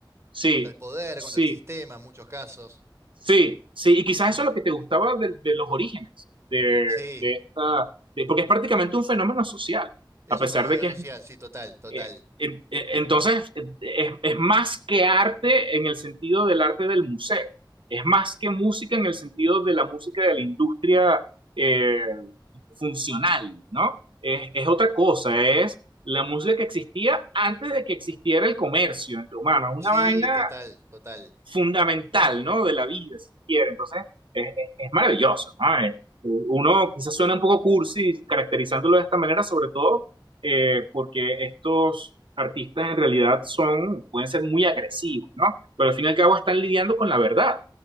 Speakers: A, on the right; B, on the right.
A: sí,
B: contra el poder,
A: sí,
B: contra el sistema en muchos casos.
A: sí, sí. Y quizás eso es lo que te gustaba de, de los orígenes de,
B: Sí,
A: de esta, de- porque es prácticamente un fenómeno social,
B: es
A: a pesar
B: un fenómeno
A: de que
B: social, sí, total, total.
A: Eh, en- eh, Entonces, eh, es, es más que arte en el sentido del arte del museo, es más que música en el sentido de la música de la industria eh, funcional, ¿no? Es, es otra cosa, es la música que existía antes de que existiera el comercio entre humanos, una
B: Sí,
A: vaina
B: total, total.
A: fundamental, ¿no? De la vida, si quiere. Entonces, es, es, es maravilloso, ¿no? Es, uno quizás suena un poco cursi caracterizándolo de esta manera, sobre todo eh, porque estos artistas en realidad son, pueden ser muy agresivos, ¿no? Pero al fin y al cabo están lidiando con la verdad,